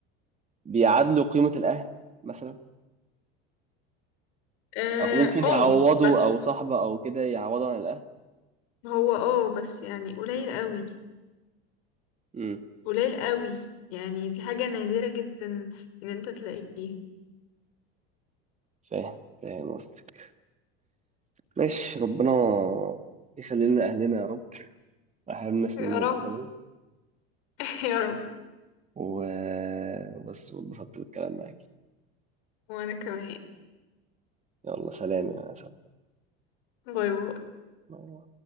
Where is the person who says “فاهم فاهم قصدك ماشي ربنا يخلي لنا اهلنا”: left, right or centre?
Right